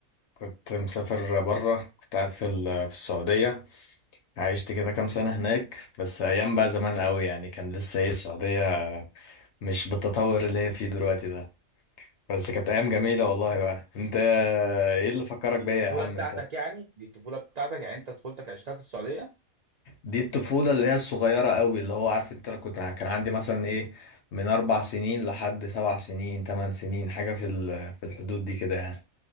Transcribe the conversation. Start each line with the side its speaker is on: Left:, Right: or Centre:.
Left: كنت مسافر بره كنت قاعد في ال- في السعوديه عشت كده كام سنه هناك بس ايام بقى زمان قوي يعني كان لسه ايه السعوديه مش بالتطور اللي هي فيه دلوقتي ده بس كانت ايام جميله والله بقى انت ايه اللي فكرك
Right: دي
Left: بيا
Right: الطفوله
Left: يا عم
Right: بتاعتك
Left: انت
Right: يعني دي الطفوله بتاعتك يعني انت طفولتك عشتها في السعوديه
Left: دي الطفولة اللي هي الصغيرة قوي اللي هو عارف انت انا كنت كان عندي مثلا ايه من اربع سنين لحد سبع سنين تمن سنين حاجة في ال- في الحدود دي كده يعني